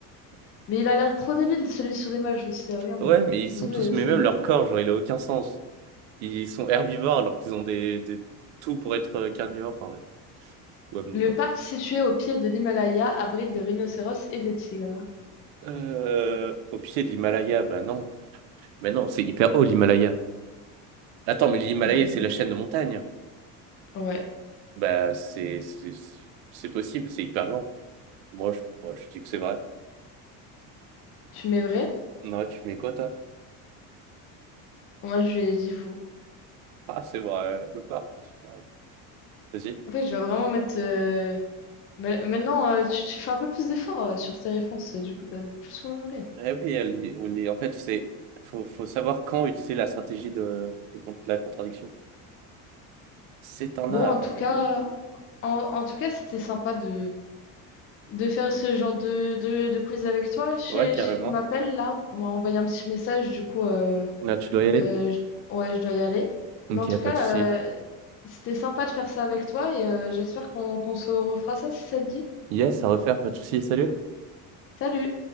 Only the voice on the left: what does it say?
Mais il a l'air trop débile, celui sur l'image aussi. Ah, regarde
là.
Ça se voit,
les-
ça-
Le parc situé au pied de l'Himalaya abrite des rhinocéros et des tigres.
Hmm.
Ouais.
Tu mets vrai?
Moi, je lui ai dit faux.
En fait, je vais vraiment mettre. euh, ma- Maintenant, euh, tu, tu fais un peu plus d'efforts euh, sur tes réponses. euh, Du coup, t'as plus nombré.
Bon,
en tout
cas,
en, en tout cas, c'était sympa de, de faire ce genre de, de, de quiz avec toi. Je sais,
je sais qu'on m'appelle là. On m'a envoyé un petit message. Du coup, euh,
euh, je- ouais, je dois y aller.
Mais en tout
cas,
euh, c'était sympa de faire ça avec toi et euh, j'espère qu'on qu'on se refera ça si ça te dit.
Salut!